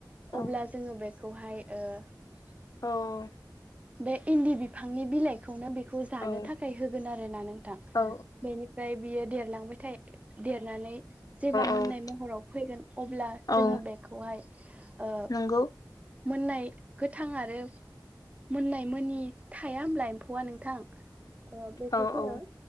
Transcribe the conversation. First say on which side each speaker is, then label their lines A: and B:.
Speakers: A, on the left (about 55°); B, on the right (about 20°).
A: औ
B: अब्ला जोङो बेखौहाय ओ
A: औ औ
B: बे इन्दि बिफांनि बिलाइखौनो बिखौ जानो
A: औ
B: थाखाय होगोन आरो नोंथां
A: औ
B: बेनिफ्राय बियो देरलांबाय थायो‌ दे नानै जेब्ला मोननाय
A: औ
B: महराव फैगोन अब्ला जोङो
A: औ
B: बेखौहाय ओ
A: नंगौ
B: मोननाय गोथां आरो मोननाय मोनि थाया होमब्ला एम्फौआ नोंथां ओ‌ बेखौ
A: औ
B: जोङो
A: औ